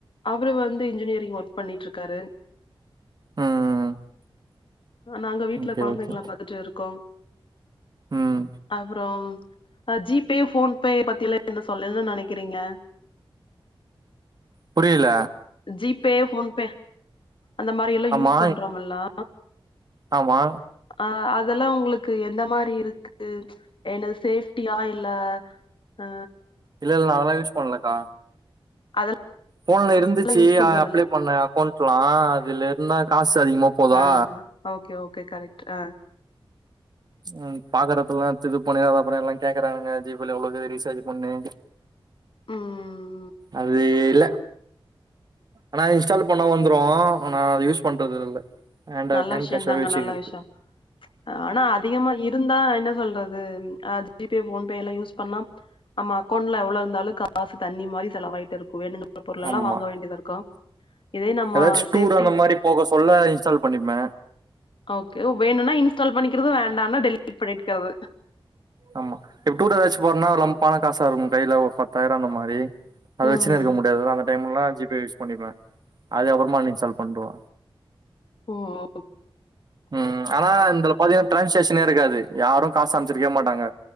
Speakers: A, on the left; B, on the right.
A: அவரு வந்து இன்ஜினியரிங் ஒர்க் பண்ணிட்டு இருக்காரு
B: ம்
A: நாங்க வீட்டுல
B: ஓகே
A: குழந்தைங்கள
B: ஓகே
A: பாத்துட்டு இருக்கோ
B: ம்
A: அப்புறம் ஜி பே போன்பே பத்தி எல்லாம் என்ன சொல்லன்னு நினைக்கிறீங்க
B: புரியல
A: ஜி பே போன்ப அந்த மாதிரி எல்லாம்
B: ஆமா
A: யூஸ் பண்றோல்லா
B: ஆமா
A: அ அதெல்லாம் உங்களுக்கு எந்த மாதிரி இருக்கு என்னது சேஃப்டியா இல்ல ஆ
B: இல்ல இல்ல நா அதெல்லா யூஸ் பண்ணலக்கா
A: அதெல்லா
B: போன்ல இருந்துச்சு
A: யூஸ் பண்றது
B: அப்ளை
A: இல்ல
B: பண்ண அக்கௌண்ட்லா அதுல இருந்தா காசு அதிகமா போதா
A: ஆ ஓகே ஓகே கரெக்ட் ஆ
B: உம் பாக்குறப்பலாம் இது பண்ணு அத பண்ணு அப்புறம் எல்லாம் கேக்குறாங்க ஜி பேல எவ்வளவு ரீசார்ஜ் பண்ணு
A: உம்
B: அது இல்ல ஆனா இன்ஸ்டால்ல பண்ணா வந்துரும் ஆனா அது யூஸ் பண்றது இல்ல ஹண்டா
A: நல்ல
B: கேன்
A: விஷயந்தாங்க
B: கேஷ்சாவே வச்சுக்குறது
A: நல்ல விஷயம் ஆனா அதிகமா இருந்தா என்ன சொல்றது அ ஜி பே போன்பே எல்லாம் யூஸ் பண்ணா நம்ம அக்கௌண்ட்ல எவ்ளா இருந்தாலும் காசு தண்ணி மாரி செலவாயிட்டே இருக்கு வேணுக பொருலேல்லா
B: ஆமா
A: வாங்க வேண்டியதா இருக்கும் இதே நம்ம
B: ஏதாச்சு
A: சேஃப
B: டூர் அந்த மாதிரி போக சொல்ல இன்ஸ்டால் பண்ணிப்ப
A: ஓகே வேணும்னா இன்ஸ்டால் பண்ணிக்கிறது வேண்டாம்னா டெலீட் பண்ணிக்றது
B: ஆமா இப்ப டூர் ஏதாச்சும் போறோனா ரம் பணம் காசா இருக்கும் கையில ஒரு பத்தாயிரம் அந்த மாதிரி அத
A: ம்
B: வச்சுன்னு இருக்க முடியாது அந்த டைம்லலா ஜிப் பே யூஸ் பண்ணிப்ப அது அப்புறமா அன் இன்ஸ்டால் பண்டுவ
A: உம்
B: ம் ஆனா இத்தல பாத்தீங்கன்னா டிரான்சேஷனே இருக்காது யாரும் காசு அனுப்ச்சு இருக்க மாட்டாங்க